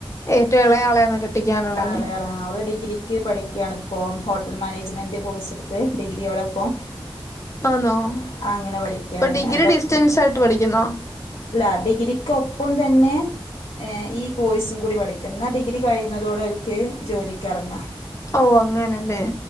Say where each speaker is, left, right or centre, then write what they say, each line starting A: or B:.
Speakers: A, on the left; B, on the left.
A: ഏറ്റവും ഇളയ ആളെയാന്ന് കെട്ടിക്കാനുള്ളേന്
B: ആടെയാടെ ആഹ് ഓള് ഡിഗ്രി ക്ക് പഠിക്ക്യാണിപ്പോ ഹോട്ടൽ മാനേജ്മെന്റ് കോഴ്സ്ട്ത്ത് ഡിഗ്രിയോടെപ്പം.
A: ആന്നോ
B: ആങ്ങനെ പഠിക്കാണ്
A: ഇപ്പൊ ഡിഗ്രി
B: അയിന്റെ ഒപ്പം
A: ഡിസ്റ്റൻസ് ആയിട്ട് പഠിക്കുന്നോ
B: ഇല്ല ഡിഗ്രിക്കൊപ്പം തന്നെ ഏഹ് ഈ കോഴ്സും കൂടി പഠിക്കാ എന്നാൽ ഡിഗ്രി കഴിയുന്നതോടെ അവർക്ക് ജോലിക്കിറങ്ങാം
A: ഓഹ് അങ്ങനെല്ലേ